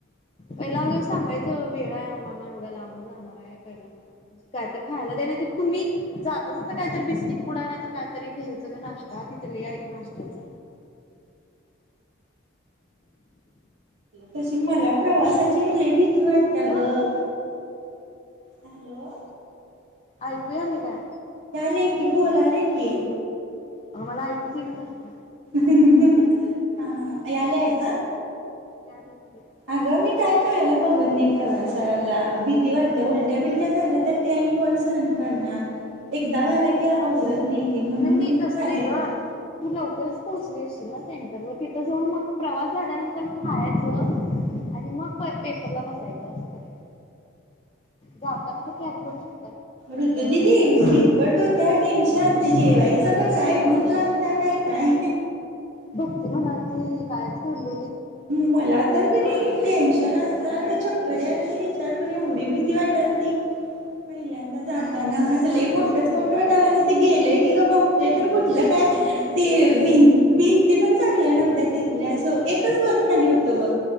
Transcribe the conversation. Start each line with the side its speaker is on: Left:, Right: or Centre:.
Left: पहिला अग सांगायचं वेळ आहे आम्हाना एवढ्या लांबून जाणार आहे पहिला काय तर खायला दे नाही तर तुम्ही जाता जाता कायतरी बिस्किट पुडा नाही तर कायतरी घ्यायचं का नाश्ता अ तथले आहे नाष्टाच
Right: तशी मला प्रवासाची लेबी कती वाटत
Left: हॅलो
Right: ग हॅलो
Left: ऐकू यालेय काय
Right: ले की बोलाले की
Left: अगं मला ऐकूच ईना झालतं
Right: ह्हृहृ याले आता
Left: याल या
Right: अगं मी काय खायला बघत नाही प्रवासाला भीती वाटते उलट्या बिलट्या झाल्या तर ते आणि कोण सण करणार एकदा व्हायला कि आवरत नाही ते म्हणून
Left: नाही नाही
Right: मी
Left: तसं
Right: खायला
Left: नाही ग
Right: बघत
Left: तू लवकरच पोहोचली असशील ना सेंटर व तिथं जाऊन मग प्रवास झाल्यानंतर खायचं आणि मग पेपरला बसायचं करा जाताना तर कार्य करू शक
Right: ऋत दिदी डिगबर डोक्याव टेन्शन ते जेवायचं
Left: तुम्ही
Right: का काय भूक लाग काय काय
Left: बघती म्हणालती कायच काढल
Right: मला तर कणी टेन्शन असला तर चक्कर या ते विचार पण एवढी भीती वाटाल पहिल्यांदा जाताना
Left: घाबरायचं
Right: असले मोठच मोठटाला तिथ गेलय की ग बघ तर कुठलं काय ते भ भिंती पण चांगल्या नव्ह त्या तिथल्या असं एकच वर खाली होतं ब